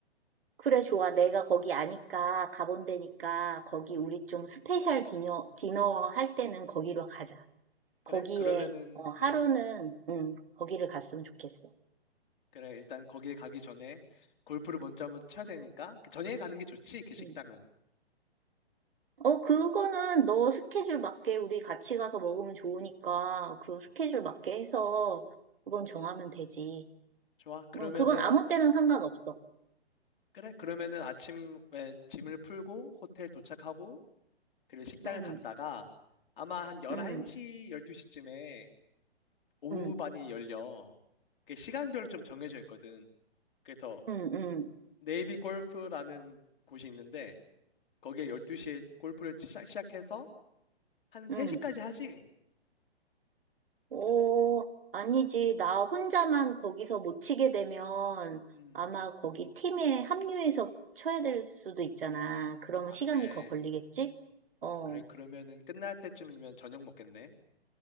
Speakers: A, on the right (about 60°); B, on the left (about 55°).
A: 그래, 좋아. 내가 거기 아니까, 가본 데니까, 거기 우리 좀 스페셜 디너, 디너 할 때는 거기로 가자.
B: 그래?
A: 거기에,
B: 그러면은
A: 어, 하루는,
B: 음.
A: 음, 거기를 갔으면 좋겠어.
B: 그래. 일단 거기에 가기 전에 골프를 먼저 한번 쳐야 되니까 그 전에 가는 게 좋지. 그 식당은.
A: 음. 어, 그거는 너 스케줄 맞게 우리 같이 가서 먹으면 좋으니까, 그 스케줄 맞게 해서, 그건 정하면 되지.
B: 좋아. 그러면은
A: 음, 그건 아무 때나 상관없어.
B: 그래. 그러면은 아침에 짐을 풀고 호텔 도착하고 그리고 식당을
A: 음,
B: 갔다가 아마 한 11시,
A: 음,
B: 12시쯤에 오후
A: 음,
B: 반이 열려. 그 시간별로 좀 정해져 있거든. 그래서
A: 음, 음, 음,
B: 네이비 골프라는 곳이 있는데 거기에 12시에 골프를 시작- 시작해서 한 3시까지
A: 음, 음.
B: 하지?
A: 어, 아니지. 나 혼자만 거기서 못 치게 되면
B: 음.
A: 아마 거기 팀에 합류해서 쳐야 될 수도 있잖아. 그러면
B: 아,
A: 시간이
B: 그래.
A: 더 걸리겠지? 어,
B: 그래, 그러면은 끝날 때쯤이면 저녁 먹겠네.